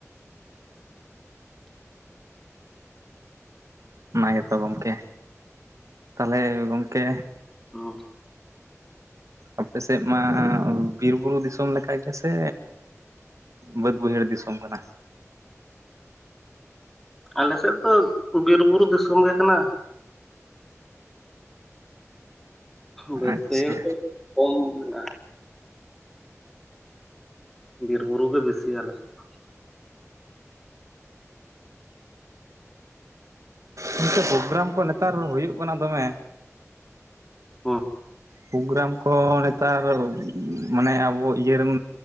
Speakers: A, on the right; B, in the centre.
A: ᱚᱱᱟ ᱜᱮᱛᱚ ᱜᱚᱝᱠᱮ ᱛᱟᱦᱚᱞᱮ ᱜᱚᱝᱠᱮ
B: ᱚ
A: ᱟᱯᱮ ᱥᱮᱫ ᱢᱟ ᱵᱤᱨ ᱵᱩᱨᱩ ᱫᱤᱥᱚᱢ ᱞᱮᱠᱟ ᱜᱮ ᱥᱮ ᱵᱟᱹᱫ ᱵᱟᱹᱭᱦᱟᱹᱲ ᱫᱤᱥᱚᱢ ᱠᱟᱱᱟ?
B: ᱟᱞᱮᱥᱮᱫ ᱫᱚ ᱵᱤᱨ ᱵᱩᱨᱩ ᱫᱤᱥᱚᱢ ᱜᱮ ᱠᱟᱱᱟ᱾ ᱵᱟᱹᱫᱽ
A: ᱟᱪᱪᱷᱟ
B: ᱵᱟᱹᱭᱦᱟᱲ ᱫᱚ ᱠᱚᱢ ᱢᱮᱱᱟᱜ-ᱟ᱾ ᱵᱤᱨ ᱵᱩᱨᱩ ᱜᱮ ᱵᱮᱥᱤᱭᱟ ᱟᱞᱮ ᱥᱮᱫ ᱫᱚ᱾
A: ᱜᱚᱝᱠᱮ ᱯᱨᱳᱜᱨᱟᱢ ᱠᱚ ᱱᱮᱛᱟᱨ ᱦᱩᱭᱩᱜ ᱠᱟᱱᱟ ᱫᱚᱢᱮ
B: ᱦᱩ
A: ᱯᱨᱳᱜᱨᱟᱢ ᱠᱚ ᱱᱮᱛᱟᱨ ᱢᱟᱱᱮ ᱟᱵᱚ ᱤᱭᱹᱨᱮᱱ